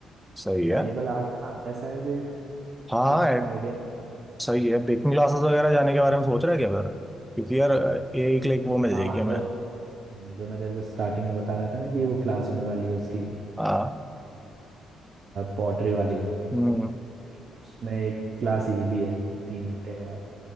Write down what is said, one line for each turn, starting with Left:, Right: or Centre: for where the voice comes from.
Centre: सही है
Right: एडिबल आर्ट्स में आता है शायद ये,
Centre: हाँ
Right: मुझे इतना
Centre: एड-
Right: आइडिया नहीं
Centre: सही है बेकिंग क्लासेस वगैरह जाने के बारे में सोच रहा है क्या फिर क्योंकि यार एक लाइक वो मिल
Right: हाँ
Centre: जाएगी
Right: हाँ
Centre: हमें
Right: जो जो मैं तेरे को स्टार्टिंग में बता रहा था ना कि वो क्लास होने वाली है उसकी
Centre: हाँ
Right: पॉटरी वाली
Centre: हम्म
Right: तो उसमें एक क्लास ये भी है तीन घंटे बाद